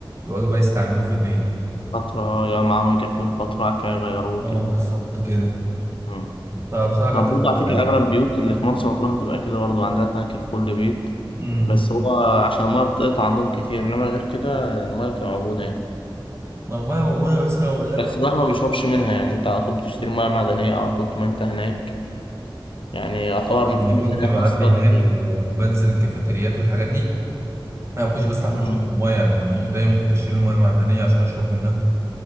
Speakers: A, on the right; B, on the left.
A: ويقعدوا بقى يستعملوه في البيت
B: فترة يعني معاهم يكفيهم فترة بعد كده يغيروه
A: اه
B: كده
A: بالظبط كده
B: امم
A: فبصراحه
B: طب
A: كانت
B: برضه
A: تجربه
B: على فكرة
A: حلوه
B: أغلب البيوت اللي في مرسى مطروح بتبقى كده برضه عندها تانك في كل بيت
A: امم
B: بس هو عشان المية بتقطع عندهم كتير إنما غير كده المية بتبقى موجودة يعني
A: ما الميه موجوده بس انا اقول لك
B: بس الواحد ما بيشربش منها يعني أنت على طول بتشتري مية معدنية على طول ما أنت هناك يعني يعتبر
A: لما
B: في
A: كنت
B: ميزانية
A: بعدي
B: خاصة للمية
A: هناك وبنزل الكافيتريات والحاجات دي انا ما كنتش بستحمل
B: أمم،
A: شويه الميه يعني دايما كنت اشتري ميه معدنيه عشان اشرب منها